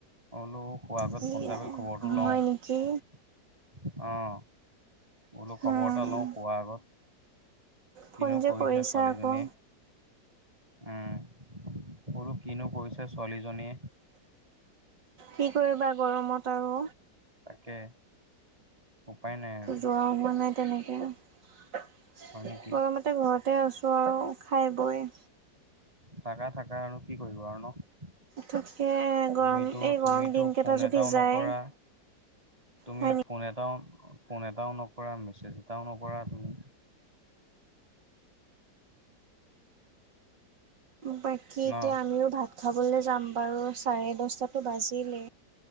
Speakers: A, on the right; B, on the right.
A: মই বোলো শুৱাৰ আগত
B: কি
A: ফোন এটা কৰি খবৰটো লওঁ।
B: হয় নেকি
A: অ'। বোলো খবৰ
B: উম
A: এটা লওঁ শুৱাৰ আগত।
B: ফোন
A: কিনো
B: যে
A: কৰিছে
B: কৰিছা
A: ছোৱালীজনীয়ে।
B: আকৌ
A: উম। বোলো কিনো কৰিছে ছোৱালীজনীয়ে।
B: কি কৰিবা গৰমত আৰু।
A: তাকে। উপায় নাই আৰু
B: যোৱা হোৱা নাই তেনেকে, গমতে
A: হয় নেকি
B: ঘৰত তে আছোঁ আৰু খাই বৈ।
A: থাকা থাকা আৰু কি কৰিব আৰু ন'।
B: তাকে
A: তুমিতো
B: গৰম এই
A: তুমিতো
B: গৰম দিনকেইটা
A: ফোন
B: যদি
A: এটাও
B: যায়
A: নকৰা। তুমি
B: হয়
A: ফোন এটাও ফোন এটাও নকৰা, মেছেজ এটাও নকৰা তুমি।
B: বাকী
A: ন'
B: এতিয়া আমিও ভাত খাবলৈ যাম বাৰু, চাৰে দশটাতো বাজিলেই।